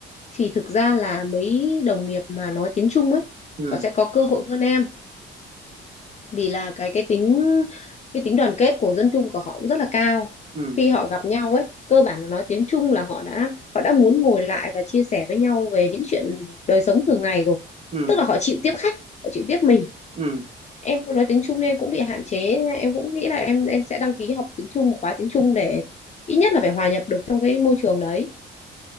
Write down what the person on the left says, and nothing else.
thì thực ra là mấy đồng nghiệp mà nói tiếng Trung ấy
họ sẽ có cơ hội hơn em vì là cái cái tính cái tính đoàn kết của dân Trung của họ cũng rất là cao
khi họ gặp nhau ấy cơ bản là nói tiếng Trung là họ đã họ đã muốn ngồi lại và chia sẻ với nhau về những chuyện đời sống thường ngày rồi
tức là họ chịu tiếp khách họ chịu tiếp mình
em không nói tiếng Trung nên em cũng bị hạn chế nha. em cũng nghĩ là em em sẽ đăng ký học tiếng Trung một khóa tiếng Trung để ít nhất là phải hòa nhập được trong cái môi trường đấy